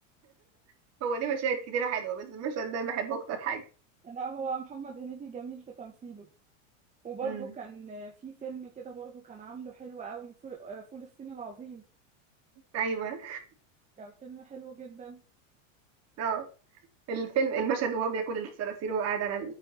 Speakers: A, on the right (about 40°); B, on the right (about 20°).
A: <laughs> هو ليه مشاهد كتيرة حلوة بس المشهد ده أنا بحبه أكتر حاجة
B: لا هو محمد هنيدي جميل في تمثيله وبرده
A: امم
B: كان في فيلم كده برده كان عامله حلو قوي فول آه، فول الصين العظيم
A: أيوه
B: كان فيلم حلو جدا
A: اه الفيلم المشهد وهو بياكل الصراصير وهو قاعد على